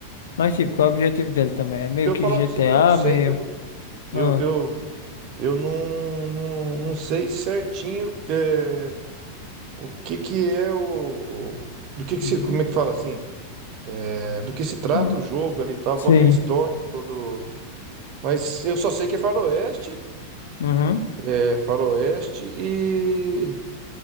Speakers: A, on the left; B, on the right.
A: Mas, tipo, qual é o objetivo dele também? É meio
B: Se eu
A: que
B: falar
A: GTA,
B: pra você que eu não sei,
A: meio...
B: eu não, eu,
A: Ah.
B: eu, eu não, não, não sei certinho é, o que que é o, o- do que que
A: Uhum.
B: se, como é que fala assim? É, do que se trata
A: Hum,
B: o jogo ali e tal,
A: Sim.
B: qual que é a história do, do- Mas eu só sei que é faroeste,
A: Uhum.
B: é faroeste e